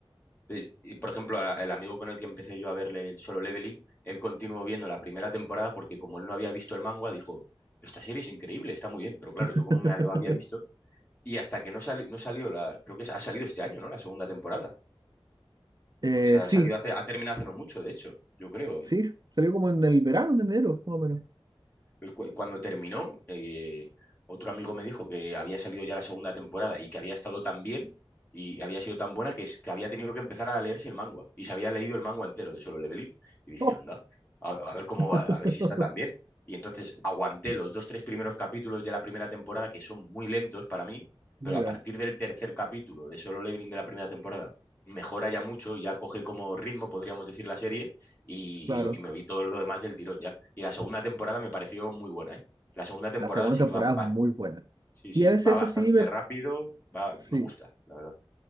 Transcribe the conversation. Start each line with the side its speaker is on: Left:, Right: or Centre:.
Left: Eh, Y, por ejemplo, a- el amigo con el que empecé yo a verle el Solo Leveling, él continuó viendo la primera temporada porque como él no había visto el manga, dijo, esta serie es increíble, está muy bien, pero claro,
Right: <laughs>
Left: yo como me lo había visto, y hasta que no, sali- no salió la, creo que ha salido este año, ¿no? La segunda temporada.
Right: Eh,
Left: O sea,
Right: sí,
Left: ha salido hace, ha terminado hace no mucho, de hecho, yo creo.
Right: sí, salió como en el verano, en enero, más o menos.
Left: Pues Cu- Cuando terminó, eh, otro amigo me dijo que había salido ya la segunda temporada y que había estado tan bien y había sido tan buena que, es- que había tenido que empezar a leerse el manga. Y se había leído el manga entero de Solo Leveling. Y dije,
Right: Oh,
Left: anda, a, a ver cómo
Right: <laughs>
Left: va- a ver si está tan bien. Y entonces aguanté los dos, tres primeros capítulos de la primera temporada, que son muy lentos para mí,
Right: ya,
Left: pero a partir del tercer capítulo de Solo Leveling de la primera temporada, mejora ya mucho, ya coge como ritmo, podríamos decir, la serie, y,
Right: claro.
Left: y lo- y me vi todo lo demás del tirón ya. Y la segunda temporada me pareció muy buena, ¿eh? La segunda temporada
Right: La segunda
Left: sí
Right: temporada
Left: que va, va-
Right: es muy buena.
Left: sí,
Right: Sí,
Left: sí,
Right: a veces
Left: va bastante
Right: eso sí me...
Left: rápido, va, me
Right: Sí,
Left: gusta, la verdad.